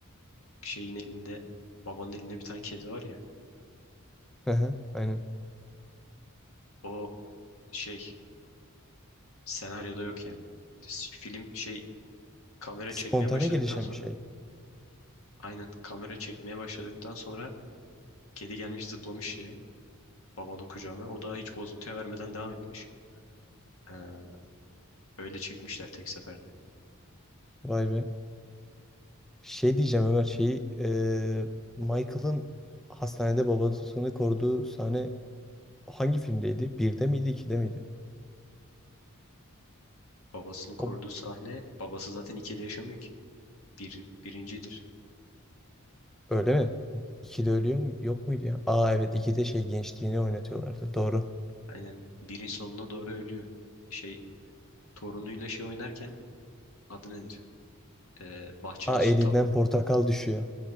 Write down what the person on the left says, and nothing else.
şeyin elinde babanın elinde bir tane kedi var ya.
O şey senaryoda yok yani. S- Film şey kamera
çekmeye başladıktan
sonra
aynen kamera çekmeye başladıktan sonra Kedi gelmiş zıplamış şeye babanın kucağına. O da hiç bozuntuya vermeden devam etmiş. Ee, öyle çekmişler tek seferde.
Babasını koruduğu
sahne babası zaten ikide yaşamıyor ki. Bir, birincidir.
Aynen. Birin sonuna doğru ölüyor. Şey torunuyla şey oynarken adı nedir? Ee, bahçede
su
ta-